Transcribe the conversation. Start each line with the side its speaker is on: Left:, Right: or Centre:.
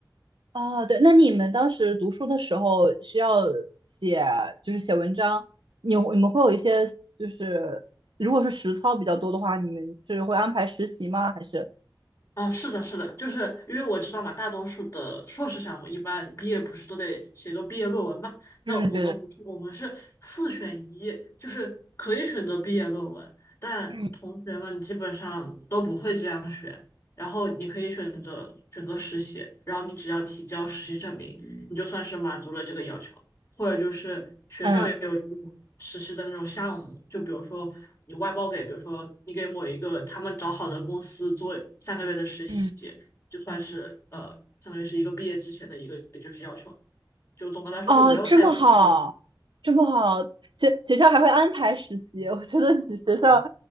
Right: 哦，对，那你们当时读书的时候需要写，就是写文章，你你们会有一些就是，如果是实操比较多的话，你们是会安排实习吗？还是？
Left: 啊，是的，是的，就是因为我知道嘛，大多数的硕士项目一般毕业不是都得写个毕业论文嘛？
Right: 嗯，
Left: 那我们不是，
Right: 对对，
Left: 我们是四选一，就是可以选择毕业论文，但同学们基本上都不会这样选。
Right: 嗯
Left: 然后你可以选择选择实习，然后你只要提交实习证明，你就算是满足了这个要求。或者就是学校也有这种实施的那种项目，
Right: 嗯，
Left: 就比如说你外包给，比如说你给某一个他们找好的公司做三个月的实习，
Right: 嗯，
Left: 就算是呃，相当于是一个毕业之前的一个就是要求。就总的来说就没有太要求自己
Right: 哦，这么好，这么好，学学校还会安排实习，<laughs> 我觉得你学校